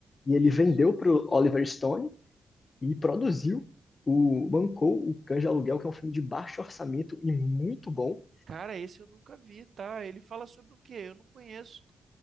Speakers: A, on the left; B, on the right.
A: e ele
B: Isso.
A: vendeu pro Oliver Stone e produziu o bancou o Cães de Aluguel, que é um filme de baixo orçamento e muito bom.
B: Cara, esse eu nunca vi, tá? Ele fala sobre o quê? Eu não conheço.